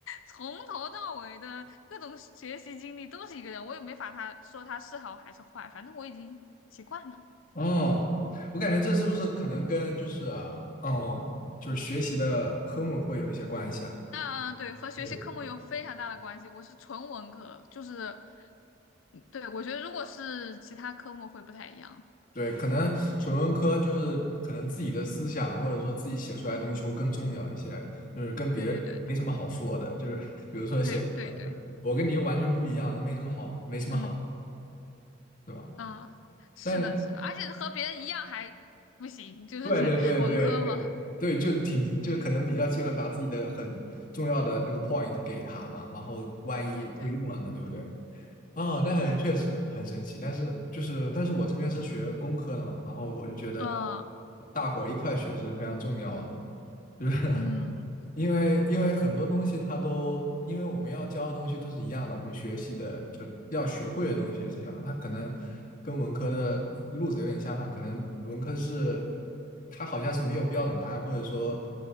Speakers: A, on the left; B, on the left.
A: 从头到尾的各种学习经历都是一个人，我也没法他说他是好还是坏，反正我已经习惯了。
B: 哦，我感觉这是不是可能跟就是哦，嗯就是学习的科目会有一些关系啊？
A: 那对和学习科目有非常大的关系，
B: 对
A: 我是纯文科，就是，嗯对，我觉得如果是其他科目会不太一样。
B: 对，可能纯文科就是可能自己的思想或者说自己写出来的东西会更重要一些，就是跟别人没什么好说的，
A: 对对对
B: 就是比如说写，
A: 对对对，
B: 呃对，我跟你又完全不一样，没什么好，没什么好，
A: 嗯
B: 对吧？
A: 啊，是的，
B: 但是，
A: 是的，而且和别人一样还不行，就是
B: 对对对对对对，
A: <laughs> 文科嘛。
B: 就挺就可能比较忌讳把自己的很重要的那个 point 给他嘛，然后万一就用了呢，
A: 对对
B: 对不对？啊，那很确实很神奇，
A: 对，
B: 但是就是，但是我这边是学工科的嘛，然后我就觉得
A: 啊
B: 大伙儿一块学是非常重要的，<laughs>
A: 嗯
B: 因为因为很多东西它都，因为我们要教的东西都是一样的，我们学习的就要学会的东西也是一样的它可能跟文科的路子有点相反，可能文科是它好像是没有标准答案，或者说